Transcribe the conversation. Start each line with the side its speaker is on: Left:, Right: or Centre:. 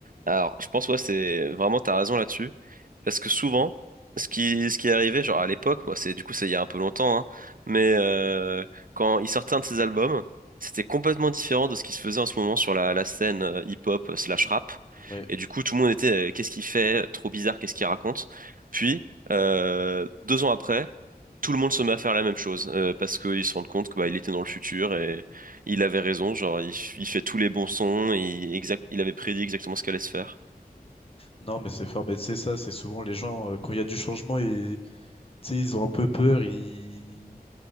Right: alors je pense ouais, c'est vraiment t'as raison là-dessus, parce que souvent, ce qui ce qui est arrivé, genre à l'époque, bah, c'est du coup c'est il y a un peu longtemps, hein, mais euh, quand il sortait un de ses albums, c'était complètement différent de ce qui se faisait en ce moment sur la la scène euh, hip-hop slash
Left: Mm.
Right: rap.
Left: Ouais.
Right: Et du coup, tout le monde était euh, qu'est-ce qu'il fait? Trop bizarre, qu'est-ce qu'il raconte? Euh, deux ans après, tout le monde se met à faire la même chose euh, parce qu'ils se rendent compte que bah, il était dans le futur et il avait raison. Genre, il, f- il fait tous les bons sons, il, exact, il avait prédit exactement ce qu'allait se faire.
Left: Non, mais c'est fort, mais tu sais, ça, c'est souvent les gens, euh, quand il y a du changement, et, tu sais, ils ont un peu peur, ils...